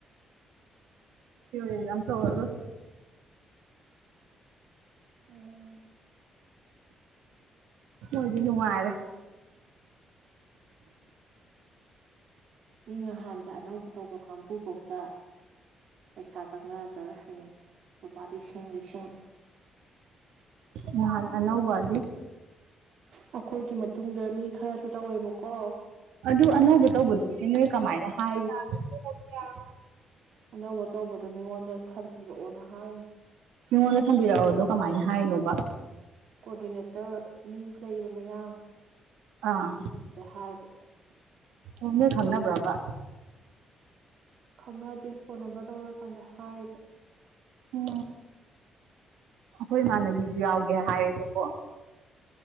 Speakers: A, on the right (about 80°); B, on the right (about 65°).
A: ꯊꯤꯑꯣꯔꯤ ꯑꯦꯛꯖꯥꯝ ꯇꯧꯔꯔꯣꯢ꯭꯫
B: ꯎꯝ꯫
A: ꯃꯣꯏꯗꯤ ꯅꯨꯡꯉꯥꯏꯔꯦ꯫
B: ꯃꯤ ꯉꯍꯥꯟꯗ ꯑꯅꯧꯕ ꯇꯧꯕ ꯀꯥꯡꯕꯨꯕꯧꯇ ꯄꯩꯁꯥ ꯆꯪꯅꯔꯛꯇꯣꯏꯔꯦ ꯍꯌꯦꯡ ꯂꯨꯄꯥ ꯂꯤꯁꯤꯡ ꯂꯤꯁꯤꯡ꯫
A: ꯅꯍꯥꯟ ꯑꯅꯧꯕꯗꯤ꯫
B: ꯑꯩꯈꯣꯏꯒꯤ ꯃꯇꯨꯡꯗ ꯃꯤ ꯈꯔꯁꯨ ꯇꯧꯋꯦꯕꯀꯣ꯫
A: ꯑꯗꯨ ꯑꯅꯧꯕ ꯇꯧꯕꯗꯣ ꯁꯤꯖꯩꯗ ꯀꯃꯥꯏꯅ ꯍꯥꯏꯔꯤ <unintelligible>
B: ꯑꯅꯧꯕ ꯇꯧꯕꯗꯣ ꯃꯤꯉꯣꯟꯗ ꯁꯟ ꯕꯤꯔꯛꯑꯣꯅ ꯍꯥꯏ
A: ꯃꯤꯉꯣꯟꯗ ꯁꯝꯕꯤꯔꯛꯑꯣꯗꯣ ꯀꯃꯥꯏꯅ ꯍꯥꯏꯔꯤꯅꯣꯕ꯫
B: ꯀꯣꯗꯤꯅꯦꯇꯔ ꯃꯤ ꯂꯩꯔꯤꯕ ꯃꯌꯥꯡ
A: ꯑꯥ
B: ꯑꯗꯨꯗ ꯍꯥꯏꯕ꯫
A: ꯑꯣ ꯅꯣꯏ ꯈꯪꯅꯕ꯭ꯔꯕ꯫
B: ꯈꯪꯅꯗꯦ ꯐꯣꯟ ꯅꯝꯕꯔ ꯇꯧꯔꯛꯑꯀꯥꯟꯗ ꯍꯥꯏꯔꯤꯕ꯫
A: ꯑꯣ ꯑꯩꯈꯣꯏ ꯏꯃꯥꯟꯅꯕꯤꯁꯨ ꯌꯥꯎꯒꯦ ꯍꯥꯏꯌꯦꯕꯀꯣ꯫